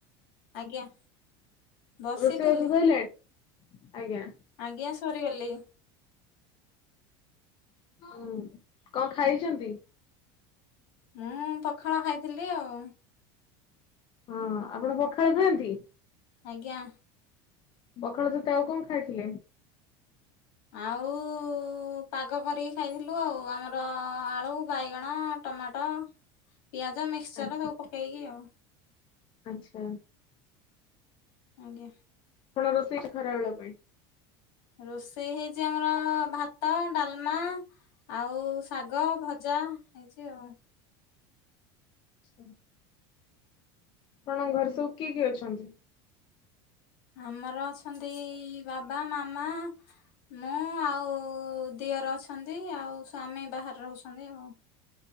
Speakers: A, on the left (about 70°); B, on the left (about 40°).
A: ଆଜ୍ଞା। ବସିଥିଲି।
B: ରୋଷେଇ ବାସ ସରିଲାଣି ଆଜ୍ଞା।
A: ଆଜ୍ଞା ସରିଗଲି।
B: ହୁଁ କଣ ଖାଇଚନ୍ତି?
A: ମୁଁ ପଖାଳ ଖାଇଥିଲି ଆଉ।
B: ହଁ ଆପଣ ପଖାଳ ଖାଆନ୍ତି?
A: ଆଜ୍ଞା।
B: ପଖାଳ ସହିତ ଆଉ କଣ ଖାଇଥିଲେ?
A: ଆଉ ପାଗ କରିକି ଖାଇଥିଲୁ ଆଉ ଆମର ଆଳୁ, ବାଇଗଣ, ଟମାଟ ପିଆଜ ମିକ୍ସଚର
B: ଆଚ୍ଛା
A: ସବୁ ପକେଇକି ଆଉ।
B: ଆଚ୍ଛା।
A: ଆଜ୍ଞା।
B: ଆପଣ ରୋଷେଇ <unintelligible> ଖରା ହେବା ପାଇଁ
A: ରୋଷେଇ ହେଇଛି ଆମର ଭାତ, ଡାଲମା ଆଉ ଶାଗ, ଭଜା, ହେଇଛି ଆଉ।
B: ହ ଆପଣଙ୍କ ଘରେ ସବୁ କିଏ କିଏ ଅଛନ୍ତି?
A: ଆମର ଅଛନ୍ତି ବାବା, ମାମା ମୁଁ ଆଉ ଦିଅର ଅଛନ୍ତି ଆଉ ସ୍ଵାମୀ ବାହାରେ ରହୁଛନ୍ତି ଆଉ।